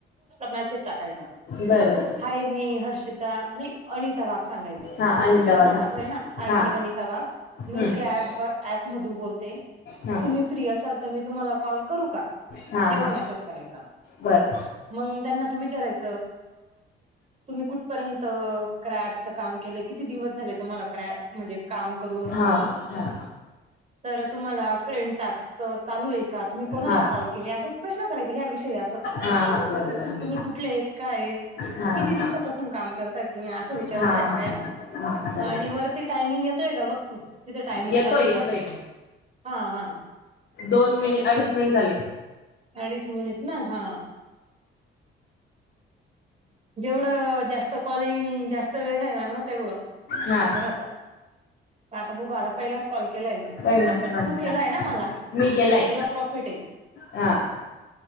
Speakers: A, on the right; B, on the left.
A: मेसेज टाकायचा
B: बरोबर
A: हाय मी हर्षिता नाही अनिता वा सांगायचे
B: हा अनिता
A: मम्मीचं
B: वाघ
A: नाव
B: हा
A: टाकलं ना हाय
B: हा
A: मी अनिता वाघ मी
B: हम्म
A: क्रॅप ॲप मधून बोल. ते
B: हा
A: तुम्ही फ्री असाल तर मी तुम्हाला कॉल करू का?
B: हा
A: एवढा
B: हा
A: मेसेज करायचा,
B: बर
A: मग त्यांना विचारायच तुम्ही कुठपर्यंत क्रप चं काम केलं. किती दिवस झाले तुम्हाला क्रप म्हणजे, काम करून
B: हा हा
A: तर, तुम्हाला फ्रेंड टास्क चालू आहे का तुम्ही कोणाला
B: हा
A: कॉल केली असं प्रश्न करायचे ह्या विषय असं,
B: हा हा बरोबर
A: तुम्ही कुठले आहेत काय आहेत?
B: हा
A: किती
B: हा
A: दिवसापासून काम करताय, तुम्ही असं विचारत
B: हा
A: राहायचं
B: हा
A: काय
B: हा
A: पण.
B: चालेल
A: आणि वरती टायमिंग येतोय, का बघ तू तिथे टायमिंग
B: येतोय
A: चालू आहे
B: येतोय
A: पाहयं. हा हा
B: दोन मिनिट
A: कमीत
B: अडीच
A: कमी
B: मिनिट झाले.
A: अडीच मिनिट ना हा, जेवढं जास्त कॉलिंग जास्त वेळ राहिला ना तेवढं,
B: हा
A: राहत आता बघ आला पहिलाच कॉल, <unintelligible> केलाय मी
B: पहिलंच
A: हा पण
B: प्रॉब्लेम
A: तू केलाय नं मला
B: मी केलाय
A: तुला प्रॉफिट,
B: हा